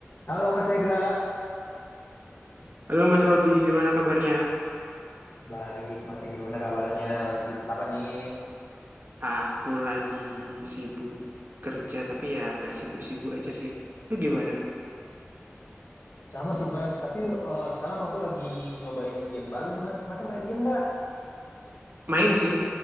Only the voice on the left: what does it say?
Halo Mas Ega,
baik Mas gimana kabarnya? Lagi sibuk apa nih?
Sama sih Mas, tapi eh, sekarang aku lagi nyobain game baru nih Mas. Mas main game nggak?